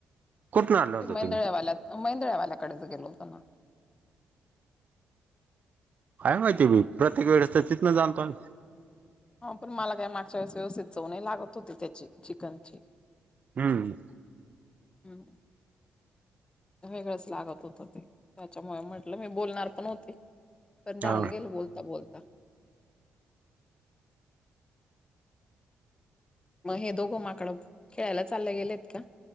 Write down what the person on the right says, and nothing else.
कुठून आणलं होतं
तुम्ही?
काय माहितीय बाई प्रत्येक वेळेस तर तिथंच आणतो ना
हम्म.
हा